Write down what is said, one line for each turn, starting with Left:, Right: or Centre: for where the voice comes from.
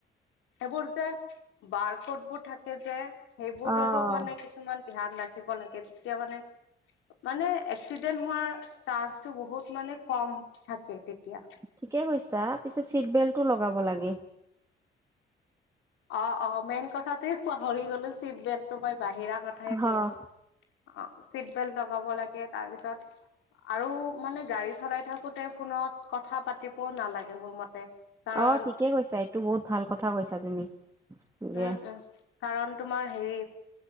Left: এইবোৰ যে বাৰ কট বোৰ থাকে যে সেইবোৰৰো
Right: অ',
Left: মানে কিছুমান ধ্যান ৰাখিব লাগে তেতিয়া মানে মানে এক্সিডেন্ট হোৱাৰ চান্সতটো বহুত মানে কম থাকে তেতিয়া
Right: ঠিকে কৈছা, পিছে চিট বেল্টটো লগাব লাগে।
Left: অ', অ', মেইন কথাটো পাহৰি গলো, চিট বেল্টটো মই বাহিৰা কথাই
Right: অ',
Left: কৈ আছো। অ, চিট বেল্ট লগাব লাগে। তাৰ পিছত আৰু মানে গাড়ী চলাই থাকোতে, ফোনত কথা পাতিবও নালাগে মোৰ মতে। কাৰণ
Right: অ, ঠিকে কৈছা, এইটো বহুত ভাল কথা কৈছা তুমি।
Left: উম,
Right: যে
Left: উম, কাৰণ তোমাৰ হেৰি